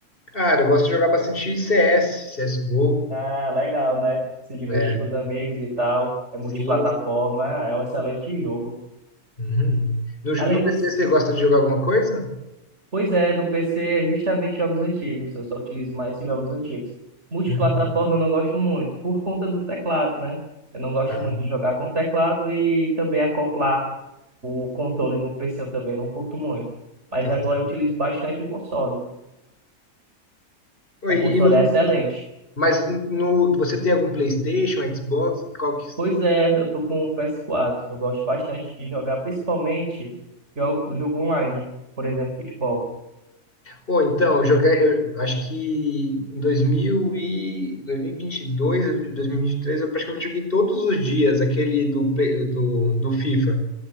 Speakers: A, on the left (about 40°); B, on the right (about 50°).
A: Cara, eu gosto de jogar bastante CS, CSGO,
B: Ah, legal, né? Se divertir
A: né?
B: com os amigos e tal. É multiplataforma,
A: Sim.
B: ah, é um excelente jogo.
A: Uhum. No, ju-
B: Além
A: no PC
B: dos.
A: você gosta de jogar alguma coisa?
B: Pois é, no PC é justamente jogos antigos, eu só utilizo mais esses jogos antigos. Multiplataforma
A: Uhum.
B: eu não gosto muito, por conta do teclado, né? Eu não gosto
A: Tá,
B: muito de jogar com teclado e também acoplar o controle no PC eu também não curto muito. Mas
A: tá
B: agora
A: certo.
B: eu utilizo bastante o console.
A: Pô,
B: O
A: E
B: console
A: no,
B: é excelente.
A: mas no, você tem algum PlayStation, Xbox? Qual que...
B: Pois é, eu tô com o PS4. Eu gosto bastante de jogar, principalmente jogo, jogo online, por exemplo, futebol.
A: Pô, então, eu joguei, eu acho que em 2000 e 2022, 2023, eu praticamente joguei todos os dias aquele do, play- do, do FIFA.